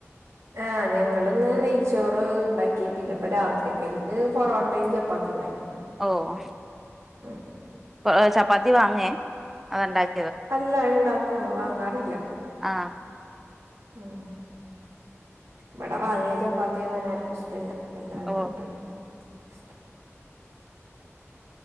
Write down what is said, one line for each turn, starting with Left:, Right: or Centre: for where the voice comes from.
Right: ആ ഞങ്ങള് ന്ന് നെയ്ച്ചോറ് ണ്ടാക്കി പിന്നെ പ്പം രാത്രികൽക്ക് പൊറോട്ടേം ചപ്പാത്തിം ണ്ടാക്കി
Centre: ഓ ആ
Right: ആ
Centre: <unintelligible> ചപ്പാത്തി വാങ്ങേ അതോ ണ്ടായ്
Right: അല്ല ണ്ടാക്ക്ആണ് വാങ്ങാറില്ല
Centre: ആ
Right: അ ആ വടെ വാങ്ങിയ ചപ്പാത്തി അങ്ങനെ ആര്ക്കു ഷ് റ്റല്ല എല്ലാര്ക്കും
Centre: ഓ
Right: ണ്ടാകിയ ചപ്പാത്തിന്നെ ഷ്ടം